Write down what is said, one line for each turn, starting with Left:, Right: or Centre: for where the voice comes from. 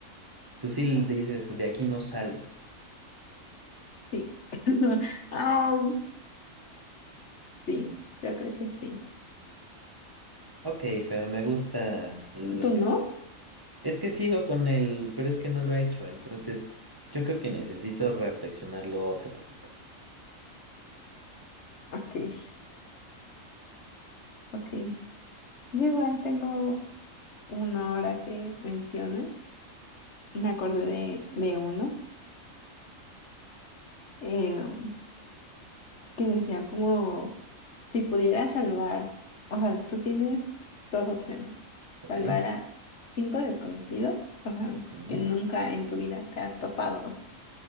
Right: Tú sí dices, de aquí no sales.
Left: sí. <laughs> Au, sí, yo creo que sí.
Right: Ok, Fer, me gusta lo
Left: ¿Tú no?
Right: que... Es que sigo con él, pero es que no lo he hecho, entonces yo creo que necesito reflexionarlo otro poquito.
Left: Ok, ok. Yo igual tengo uno ahora que menciona. Me acordé de, de uno. Em, que decía como, si pudiera salvar, o sea, tú tienes dos opciones,
Right: Ok.
Left: salvar a cinco desconocidos, o sea,
Right: Ujú.
Left: que nunca en tu vida te has topado,